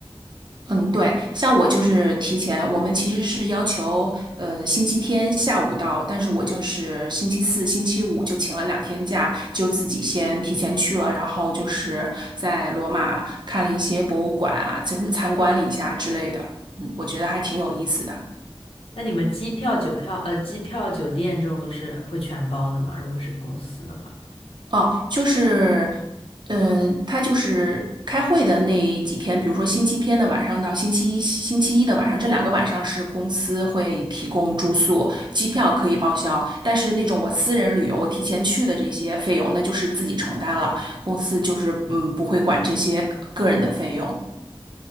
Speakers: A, on the right; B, on the left.
A: 嗯，对，像我就是提前，我们其实是要求呃星期天下午到，但是我就是星期四、星期五就请了两天假，就自己先提前去了，然后就是在罗马看了一些博物馆啊，就是参观了一下之类的。嗯，我觉得还挺有意思的。
B: 那你们机票、酒票，呃，机票、酒店这种都是会全包的吗？如果是公司的话，
A: 哦，就是，嗯、他就是开会的那几天，比如说星期天的晚上到星期一、星期一的晚上，这两个晚上是公司会提供住宿，机票可以报销，但是那种我私人旅游，我提前去的这些费用，那就是自己承担了，公司就是嗯不会管这些个人的费用。